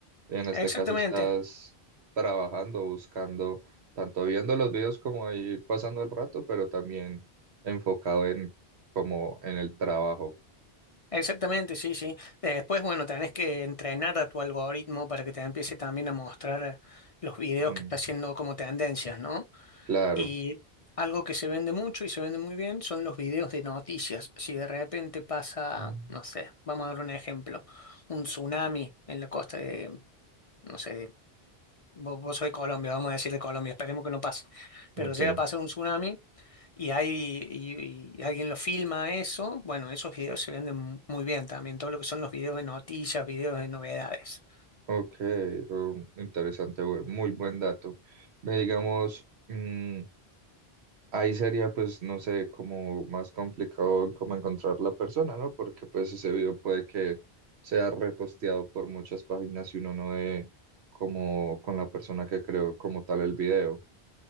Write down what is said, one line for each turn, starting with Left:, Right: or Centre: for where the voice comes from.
Right: En este
Left: Exactamente,
Right: caso estás trabajando, buscando, tanto viendo los videos como ahí pasando el rato, pero también enfocado en como en el trabajo.
Left: exactamente, sí, sí. Después, bueno, tenés que entrenar a tu algoritmo para que te empiece también a mostrar los videos
Right: Mm,
Left: que está haciendo como tendencias, ¿no?
Right: claro.
Left: Y algo que se vende mucho y se vende muy bien son los videos de noticias. Si de repente pasa,
Right: Mm,
Left: no sé, vamos a dar un ejemplo, un tsunami en la costa de, no sé, Vos, vos sois Colombia, vamos a decirle Colombia, esperemos que no pase. Pero
Right: Ok,
Left: llega a pasar un tsunami y, hay, y, y alguien lo filma eso, bueno, esos videos se venden muy bien también, todo lo que son los videos de noticias, videos de novedades.
Right: ok, um, interesante, bu- muy buen dato. Me digamos... mm, Ahí sería, pues, no sé, como más complicado como encontrar la persona, ¿no? Porque pues ese video puede que sea reposteado por muchas páginas y uno no dé como con la persona que creó como tal el video.